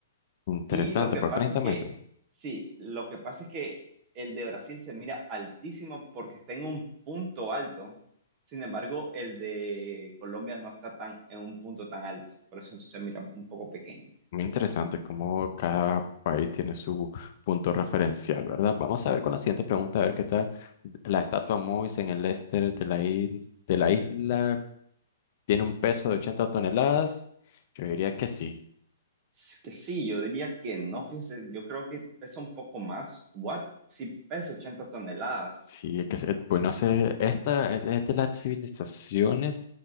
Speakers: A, on the left; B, on the right.
A: interesante,
B: Y lo que
A: por
B: pasa
A: 30
B: es que,
A: metros.
B: sí, lo que pasa es que el de Brasil se mira altísimo porque está en un punto alto. Sin embargo, el de Colombia no está tan en un punto tan alto. Por eso se mira un poco pequeño.
A: Muy interesante cómo cada país tiene su punto referencial, ¿verdad? Vamos a ver con la siguiente pregunta, a ver qué tal. La estatua Mois en el este de la, i- de la isla tiene un peso de 80 toneladas. Yo diría que sí.
B: Es que sí, yo diría que no, fíjese, yo creo que pesa un poco más. ¿What? Sí, pesa 80 toneladas.
A: Sí, es que se- bueno, se- esta es de las civilizaciones.